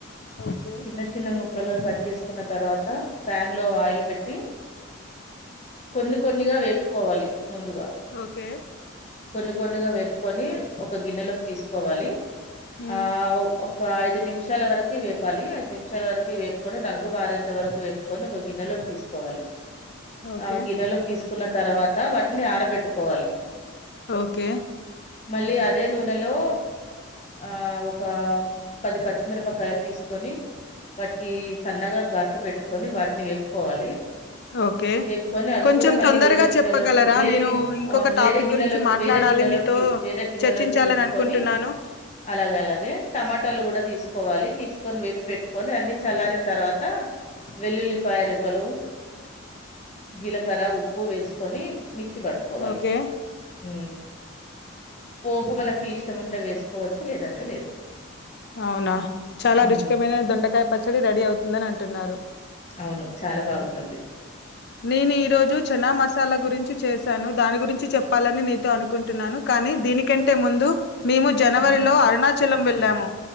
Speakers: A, on the left; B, on the left.
A: ఓకే
B: చిన్న చిన్న ముక్కలుగా కట్ చేసుకున్న తర్వాత ప్యాన్లో ఆయిల్ పెట్టి కొన్ని కొన్నిగా వేపుకోవాలి ముందుగా
A: ఓకే
B: కొన్ని కొన్నిగా వేపుకొని ఒక గిన్నెలోకి తీసుకోవాలి
A: ఉమ్,
B: ఆ ఒక ఐదు నిమిషాల వరకు వేపాలి ఐదు నిమిషాల వరకు వేపుకొని రంగు మారేంత వరకు వేపు కొన్ని ఒక గిన్నెలోకి తీసుకోవాలి
A: <unintelligible> ఓకే
B: ఆ గిన్నెలో తీసుకున్న తర్వాత వాటిని ఆరబెట్టుకోవాలి
A: ఓకే
B: మళ్ళీ అదే నూనెలో ఆ ఒక పది పచ్చిమిరపకాయలు తీసుకు కొని వాటికి సన్నగా ఘాట్లు పెట్టుకొని వాటిని వేపుకోవాలి
A: ఓకే
B: వేపుకొని అవి
A: కొంచెం
B: కూడా మళ్ళీ
A: తొందరగా
B: వేరే గిన్నెలోకి
A: చెప్పగలరా
B: వేరే
A: నేను
B: గిన్నె
A: ఇంకొక టాపిక్
B: వేరే గిన్నెలో
A: గురించి మాట్లాడాలి
B: వేరే గిన్నెలోకి
A: మీతో
B: వేరే గిన్నెలోకి
A: చర్చించాలని
B: తీసుకొని
A: అనుకుంటున్నాను
B: అలాగే అలాగే టమాటాలు కూడా తీసుకోవాలి తీసుకొని వేపి పెట్టుకొని అన్ని చల్లారిన తర్వాత వెల్లుల్లిపాయ రెబ్బలు
A: <unintelligible>
B: జీలకర్ర ఉప్పు వేసుకొని మిక్సీ పట్టుకోవాలి
A: ఓకే
B: ఉ పోపు మనకి ఇష్టం ఉంటే వేసుకోవచ్చు లేదంటే లేదు
A: అవునా చాలా
B: ఉమ్
A: రుచికమైన దొండకాయ పచ్చడి రెడీ అవుతుందని అంటున్నారు
B: అవును చాలా బాగుంటుంది
A: నేను ఈ రోజు చనా మసాలా గురించి చేశాను దాని గురించి చెప్పాలని నీతో అనుకుంటున్నాను కానీ దీనికంటే ముందు మేము జనవరిలో
B: ఉమ్
A: అరుణాచలం వెళ్ళాము